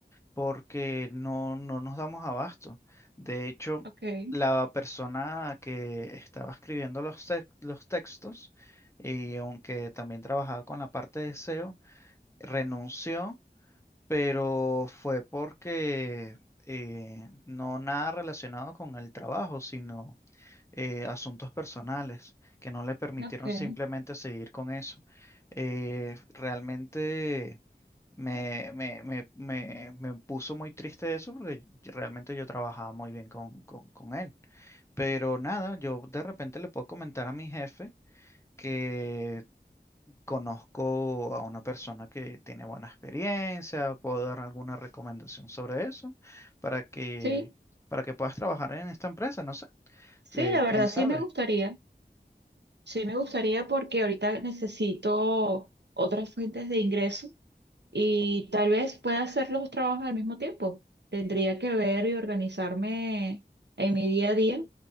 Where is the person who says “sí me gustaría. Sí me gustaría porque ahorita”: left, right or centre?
Right